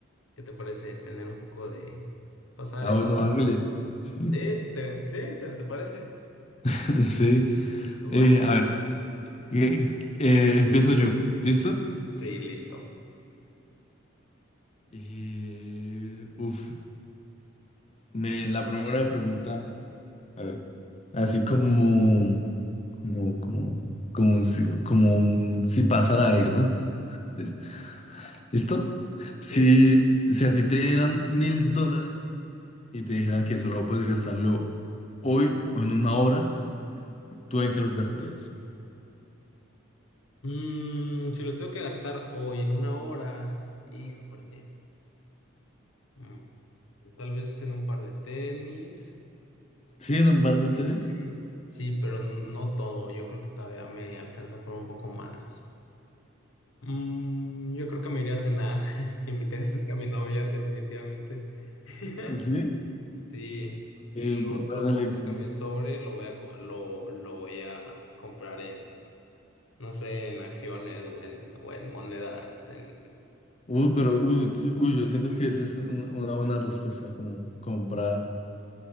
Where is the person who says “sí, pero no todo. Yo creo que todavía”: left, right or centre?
Left